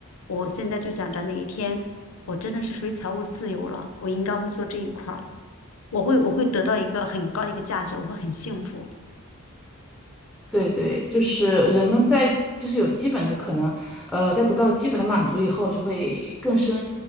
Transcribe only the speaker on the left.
我现在就想着哪一天我真的是属于财务自由了，我应该会做这一块儿。我会我会得到一个很高的一个价值，我会很幸福。